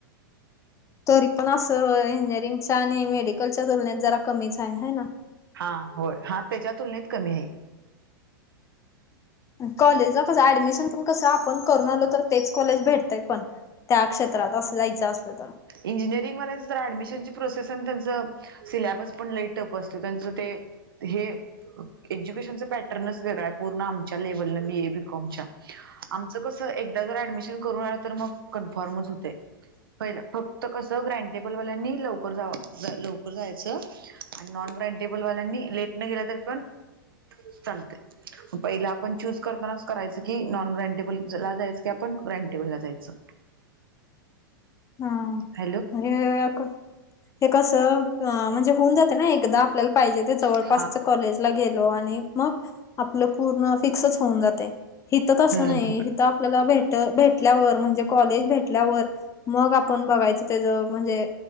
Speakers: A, on the left; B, on the right.
A: तरी पण असं इंजीनियरिंग च्या आणि मेडिकलच्या तुलनेत जरा कमीच आहे हाय ना.
B: हा होय हा त्याच्या तुलनेत कमी आहे.
A: कॉलेज चं कसं ऍडमिशन पण कसं आपण करून आलो तर तेच कॉलेज भेटतय पण. त्या क्षेत्रात असं जायचं असलं तर.
B: इंजीनियरिंग वाल्यांचं जरा ऍडमिशनची प्रोसेस आणि त्यांचं सिलॅबस पण लय टप असतं त्यांचं ते हे. एज्युकेशनच पॅटर्नच वेगळं आहे पूर्ण आमच्या लेव्हलन बीए बीकॉमच्या. आमचं कस एकदा जर ऍडमिशन करून आलं तर मग कन्फर्मच होते. पाहिलं फक्त कसं ग्रांटेबल वाल्यांनी लवकर जा लवकर जायचं. आणि नॉन ग्रांटेबल वाल्यांनी लेट न गेला तरी पण चालतंय. पहिला आपण चूज करतानाच करायचं की नॉन ग्रँटेबल ला जायचं की आपण ग्रांटेबल ला जायचं.
A: हा.
B: हॅलो.
A: हे एक- हे कसं म्हणजे होऊन जाते ना एकदा आपल्याला पाहिजे ते जवळपासच
B: हा
A: कॉलेज. ला गेलो आणि मग आपलं पूर्ण फिक्सच होऊन जाते हितं अस
B: हम्म
A: नाही. आपल्याला भेट भेटल्यावर म्हणजे कॉलेज भेटल्यावर मग आपण बघायच त्याचं. म्हजे